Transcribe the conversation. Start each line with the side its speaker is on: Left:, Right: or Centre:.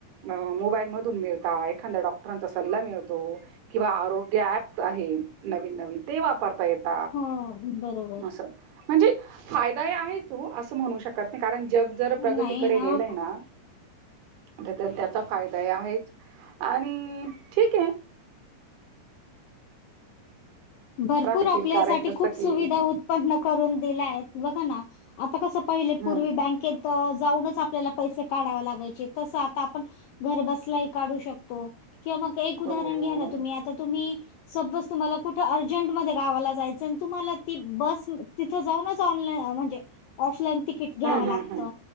Right: अ मोबाईल मधून मिळता एखादा्या डॉक्टरांचा सल्ला मिळतो. किंवा आरोग्य ऍप् आहे नवीन नवीन ते वापरता येत
Left: हो, बरोबर.
Right: अस म्हणजे फायदा आहेच हो असं म्हणू शकत नाहीी कारण जग जर प्रगतीकडे
Left: नाही. हां,
Right: गेलंय
Left: हां.
Right: ना तर तर त्याचा फायदा आहेच आणि ठीक आहे.
Left: भरपूर
Right: राखतील
Left: आपल्यासाठी
Right: कारण जसं
Left: खूप सुविधा
Right: की
Left: उत्पन्न करून दिल्या आहेत बघा ना आता कसं पहिले
Right: हं
Left: पूर्वी बँकेत तर जाऊनच आपल्याला पैसे काढावे लागायचे तसं आता आपण घर बसलाही काढू शकतो. किंवा मग एक उदाहरण
Right: हो हो
Left: घ्या ना तुम्ही आता तुम्ही सबज तुम्हाला कुठ अर्जंटमध्ये गावाला जायचं तुम्हाला ती बस तिथ जाऊनच ऑनलाईन म्हणजे ऑफलाईन तिकीट घ्याव
Right: हं
Left: लागत
Right: हं हं